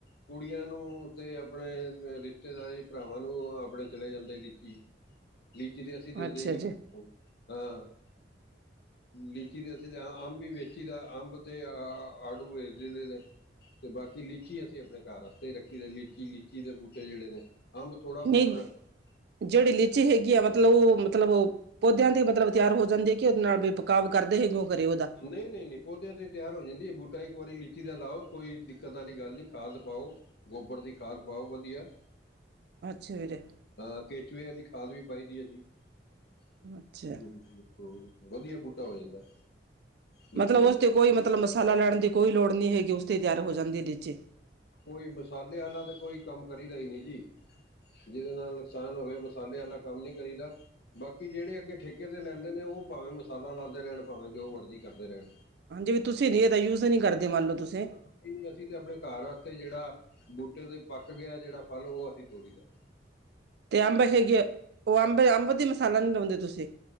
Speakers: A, on the left; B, on the right.
A: ਕੁੜੀਆਂ ਨੂੰ ਤੇ ਅਪਣੇ ਰਿਸ਼ਤੇਦਾਰੀ ਭਰਾਵਾਂ ਨੂੰ ਅਪਣੇ ਚਲੇ ਜਾਂਦੇ ਲਿੱਚੀ ਲੀਚੀ ਤੇ ਅਸੀਂ ਦੇੰਦੇ
B: ਅੱਛਾ
A: ਹੀ ਨੀ
B: ਜੀ,
A: <unintelligible> ਆ। ਲਿਚੀ ਦੇ ਅਸੀ ਤੇ ਅੰਬ ਵੀ ਵੇਚੀ ਦਾ ਅੰਬ ਤੇ ਆ ਆੜੂ ਵੇਚਦੇ ਨੇ। ਤੇ ਬਾਕੀ ਲੀਚੀ ਅਸੀਂ ਅਪਣੇਂ ਘਰ ਆਸਤੇ ਹੀ ਰੱਖੀ ਦੈ ਲੀਚੀ -ਲੀਚੀ ਦੇ ਬੂਟੇ ਜਿਹੜੇ ਨੇ। ਅੰਬ ਥੋੜਾ ਬਹੁਤ
B: ਨਹੀਂ
A: ਰ
B: ਜਿਹੜੀ
A: ਹਾਂ
B: ਲੀਚੀ ਹੈਗੀ ਆ ਮਤਲਬ ਓਹ ਮਤਲਬ ਪੌਦਿਆਂ ਤੇ ਮਤਲਬ ਤਿਆਰ ਹੋ ਜਾਂਦੀ ਏ ਕਿ ਉਦੇ ਨਾਲ ਬੀ ਬਕਾਵ ਕਰਦੇ ਹੈ ਕਿਉਂ ਕਰੇ ਉਦਾ।
A: ਨਹੀਂ -ਨਹੀਂ- ਨਹੀਂ ਪੌਦਿਆਂ ਤੇ ਤਿਆਰ ਹੋ ਜਾਂਦੀ ਏ ਬੂਟਾ ਇੱਕ ਵਾਰੀ ਲੀਚੀ ਦਾ ਲਾਓ ਕੋਈ ਦਿੱਕਤ ਆਲੀ ਗੱਲ ਨਹੀਂ ਖਾਦ ਪਾਓ। ਗੋਬਰ ਦੀ ਖਾਦ ਪਾਓ ਵਧੀਆ।
B: ਅੱਛਾ ਵੀਰੇ।
A: ਹਾਂ ਕੇਚਵੇ ਅਲੀ ਖਾਦ ਵੀ ਪਾਈ ਦੀ ਅਸੀ <inaudible>
B: ਅੱਛਾ।
A: ਹੂੰ ਵਧੀਆ ਬੂਟਾ ਹੋ ਜਾਂਦਾ। ਲੀਚੀ
B: ਮਤਲਬ
A: ਦਾ
B: ਓਸ ਤੇ ਕੋਈ ਮਤਲਬ ਮਸਾਲਾ ਲੈਣ ਦੀ ਕੋਈ ਲੋੜ ਨਹੀਂ ਹੈਗੀ ਉਸ ਤੇ ਈ ਤਿਆਰ ਹੋ ਜਾਂਦੀ ਏ ਲੀਚੀ
A: ਕੋਈ ਮਸਾਲੇ ਆਲਾ ਤੇ ਕੋਈ ਕੰਮ ਕਰੀਦਾ ਹੀ ਨੀ ਜੀ। ਜਿਦੇ ਨਾਲ ਨੁਕਸਾਨ ਹੋਵੇ ਮਸਾਲੇ ਆਲਾ ਕੰਮ ਨੀ ਕਰੀਦਾ। ਬਾਕੀ ਜਿਹੜੇ ਅੱਗੇ ਠੇਕੇ ਤੇ ਲੈਂਦੇ ਨੇ ਔਹ ਭਾਵੇਂ ਮਸਾਲਾ ਲਾਦੇ ਰਹਿਣ ਭਾਵੇਂ ਜੋ ਮਰਜ਼ੀ ਕਰਦੇ ਰਹਿਣ।
B: ਹਾਂਜੀ, ਵੀ ਤੁਸੀਂ ਜੀ ਏਦਾ ਯੂਜ ਨੀ ਕਰਦੇ ਮੰਨ ਲਓ ਤੁਸੀਂ।
A: ਕੋਈ ਨੀ ਅਸੀਂ ਤੇ ਅਪਣੇ ਘਾਰ ਆਸਤੇ ਜੇੜਾ ਬੂਟੇ ਤੇ ਪੱਕ ਗਿਆ ਜਿਹੜਾ ਫਲ ਓਹ ਅਸੀਂ ਤੋੜੀਦਾ।
B: ਤੇ ਅੰਬ ਹੈਗੇ ਆ, ਓਹ ਅੰਬ। ਅੰਬ ਦੀ ਮਸਾਲਾ ਨੀ ਲਾਉਂਦੇ ਤੁਸੀਂ?